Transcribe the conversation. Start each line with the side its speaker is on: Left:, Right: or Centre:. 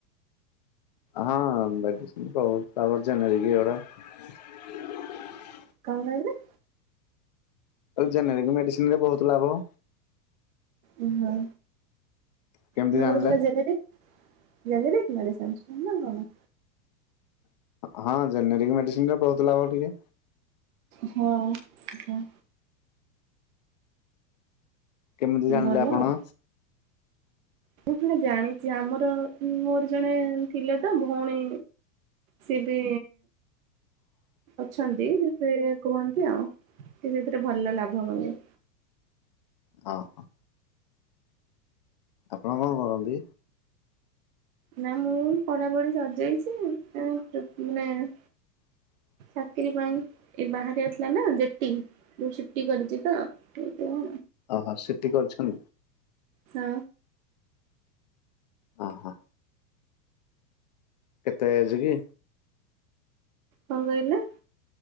Left: ହଁ ବହୁତ ଆବର୍ଜନରେିକଟା <inaudible>
Right: କଣ କହିଲେ
Left: ଜେନେରିକ ମେଡିସିନରେ ବହୁତ ଲାଭ।
Right: ଉ ହଁ
Left: କେମିତି
Right: ତମର
Left: ଜାଣିଲେ
Right: ସେଟା ଜେନେରିକ ଜେନେରିକ ମେଡିସିନ୍ ଆୟୁଷ୍ମାନ ନା କଣ
Left: ହଁ ଜେନେରିକ ମେଡିସିନରେ ବହୁତ ଲାଭ ଟିକେ
Right: ହଁ ସୋ <inaudible>
Left: କେମିତି ଜାଣିଲେ
Right: ଭଲ
Left: ଆପଣ
Right: ଆଉ। ମୁଁ କଣ ଜାଣିଛି ଆମର ମୋର ଜଣେ ଥିଲେ ତ ଭଉଣୀ ସେ ବି ଅଛନ୍ତି ସେ କୁହନ୍ତି ଆଉ ସେ ସେଥିରେ ଭଲ ଲାଭ ବୋଲି
Left: ହଁ ହଁ ଆପଣ କଣ କରନ୍ତି
Right: ନା ମୁଁ ପଢାପଢି ସରିଯାଇଛି ମାନେ
Left: ହଁ <inaudible>
Right: ଚାକିରି ପାଇଁ ଏ ବାହାରେ ଆସିଲା ନା ଜେଟି ଯୋଉ ସିଟି କରିଛି ତ ହଁ
Left: ଓହୋ ସିଟି କରିଛନ୍
Right: ହଁ
Left: ହ ହୋ କେତେ ଏଜ୍ କି
Right: କଣ କହିଲେ